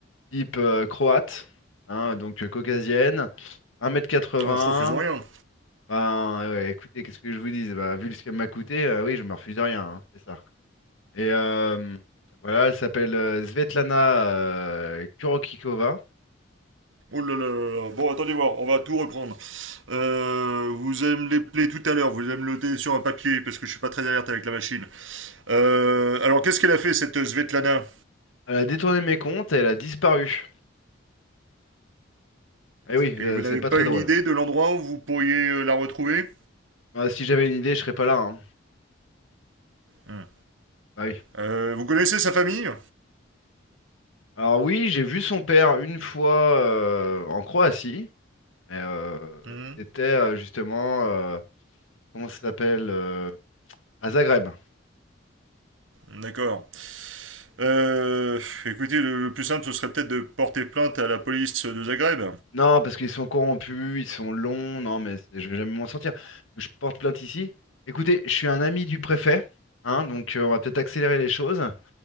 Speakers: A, on the left; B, on the right.
A: type euh, croate, hein, donc euh, caucasienne, un mètre quatre 80
B: Ah, On se refuse rien.
A: Ben, ouais, écoutez, qu'est-ce que je vous dis? Bah, vu ce qu'elle m'a coûté, euh, oui, je me refuse de rien, hein, c'est ça. Et euh, voilà, elle s'appelle euh, Svetlana euh, Kurokikova.
B: Oh là là, bon, attendez voir, on va tout reprendre. Euh, vous allez me les plaies tout à l'heure, vous allez me le noter sur un papier, parce que je suis pas très alerte avec la machine. Euh, alors, qu'est-ce qu'elle a fait, cette Svetlana
A: Elle a détourné mes comptes et elle a disparu. Eh oui,
B: Et
A: euh,
B: vous n'avez
A: c'est pas
B: pas
A: très
B: une
A: drôle.
B: idée de l'endroit où vous pourriez euh, la retrouver
A: Bah, si j'avais une idée, je serais pas là. hein.
B: Hmm.
A: Bah oui.
B: Euh, Vous connaissez sa famille
A: Alors oui, j'ai vu son père une fois euh, en Croatie. mais, euh,
B: Hmm,
A: c'était euh, justement, euh, comment ça s'appelle? euh, à Zagreb.
B: D'accord. Euh, écoutez, le, le plus simple, ce serait peut-être de porter plainte à la police de Zagreb.
A: Non, parce qu'ils sont corrompus, ils sont longs, non, mais c'est- je vais jamais m'en sortir. Je porte plainte ici. Écoutez, je suis un ami du préfet, hein, donc euh, on va peut-être accélérer les choses.